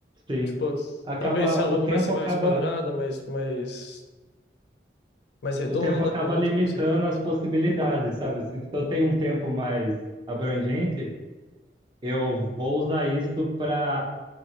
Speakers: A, on the right; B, on the left.
A: sim.
B: Tipo,
A: Acaba,
B: Talvez se a logo
A: o tempo
B: vai ser mais
A: acaba,
B: quadrada, mais, mais mais redonda,
A: o tempo acaba
B: não,
A: limitando
B: não sei como funciona.
A: as possibilidades, sabe? Se se eu tenho um tempo mais abrangente, eu vou usar isso para